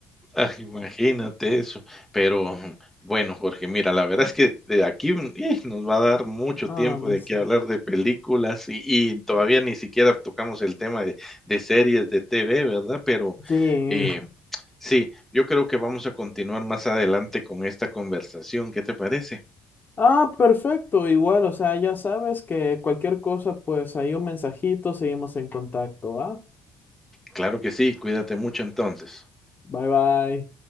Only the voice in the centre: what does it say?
Ah, imagínate eso. Pero bueno, Jorge, mira, la verdad es que de aquí mm, ih, nos va a dar mucho
tiempo
de qué hablar de películas y, y todavía ni siquiera tocamos el tema de, de series de TV, ¿verdad? Pero
eh, sí, yo creo que vamos a continuar más adelante con esta conversación. ¿Qué te parece?
Claro que sí, cuídate mucho entonces.